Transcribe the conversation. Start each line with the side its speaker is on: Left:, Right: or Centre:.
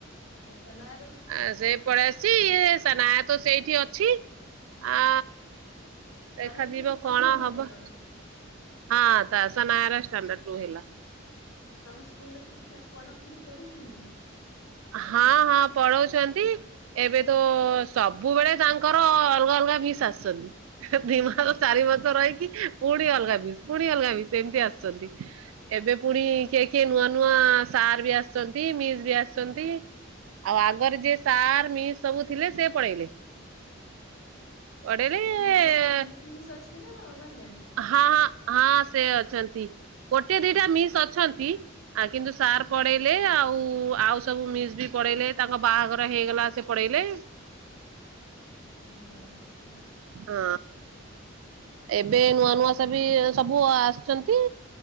Left: ଆ ସନାୟର
Right: ଆ ସେ ପଳେଇ ଆସିଛି ଇଏ ସନାୟତ ସେଇଠି ଅଛି ଆ
Left: ତାର
Right: ଦେଖାଯିବ
Left: ଏଥର
Right: କଣ
Left: ଟୁ ହେଲା
Right: ହବ।
Left: ନା କଣ?
Right: ହଁ ସନାୟା ର ଷ୍ଟାଣ୍ଡାଡା ଟୁ ହେଲା।
Left: ତାଙ୍କ ସ୍କୁଲରେ ଠିକ୍ ଠାକ ପଢାପଢି କରୁଛନ୍ତି ନା।
Right: ହଁ ହଁ ପଳଉଚନ୍ତି। ଏବେ ତ ସବୁବେଳେ ତାଙ୍କର ଅଲଗା ଅଲଗା ବିସ୍ ଆସୁନି। ଦିନ ଚାରି ବର୍ଷ ରହିକି। ପୁଣି ଅଲଗା ବିସ୍ ପୁଣି ଅଲଗା ବିସ୍ ଏମିତି ଆସୁଛନ୍ତି। ଏବେ ପୁଣି କିଏ କିଏ ନୂଆ ନୂଆ ସାର୍ ବି ଆସିଛନ୍ତି। ମିସ୍ ବି ଆସି ଛନ୍ତି ଆଉ ଆଗରେ ଯିଏ ସାର୍ ମିସ୍ ସବୁ ଥିଲେ। ସେ ପଳେଇଲେ। <unintelligible> ପଳେଇଲେ
Left: ସେ ଚିନ୍ମୟୀ ଚିନ୍ମୟୀ ମିସ୍ ଅଛି ନା ଗଲାଣି?
Right: ହଁ ହଁ ସେ ଅଛନ୍ତି। ଗୋଟେ ଦିଟା ମିସ୍ ଅଛନ୍ତି। କିନ୍ତୁ ସାର୍ ପଳେଇଲେ ଆଉ ଆଉ ସବୁ ମିସ୍ ବି ପଳେଇଲେ ତାଙ୍କ ବାହାଘର ହେଇଗଲା। ସେ ପଳେଇଲେ।
Left: ଓହୋ। ଆଚ୍ଛା।
Right: ହଁ ଏବେ ନୂଆ ନୂଆ ସ ବି ସବୁ ଆସିଛନ୍ତି।